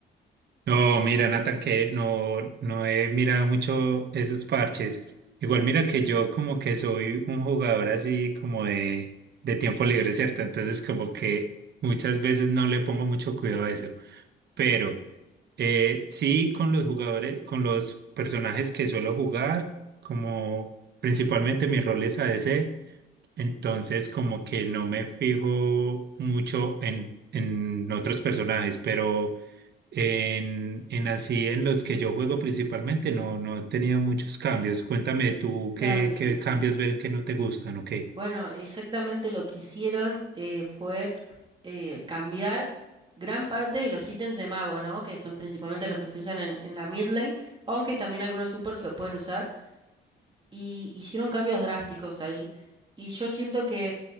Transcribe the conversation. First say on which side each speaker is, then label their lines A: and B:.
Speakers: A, on the right (about 55°); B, on the right (about 25°).
A: No, mira, Nathan, que no, no he mirado mucho esos parches. Igual mira que yo como que soy un jugador así como de, de tiempo libre, ¿cierto? Entonces como que muchas veces no le pongo mucho cuidado a eso. Pero eh, sí con los jugadores, con los personajes que suelo jugar, como principalmente mi rol es A D c, entonces como que no me fijo mucho en, en otros personajes, pero... En, en así, en los que yo juego principalmente, no, no he tenido muchos cambios. Cuéntame tú
B: Claro,
A: qué,
B: sí,
A: qué
B: sí.
A: cambios ven que no te gustan o qué.
B: Bueno, exactamente lo que hicieron eh, fue eh, cambiar gran parte de los ítems de mago, ¿no? Que son principalmente los que se usan en, en la mid lane, aunque también algunos supers lo pueden usar y hicieron cambios drásticos ahí. Y yo siento que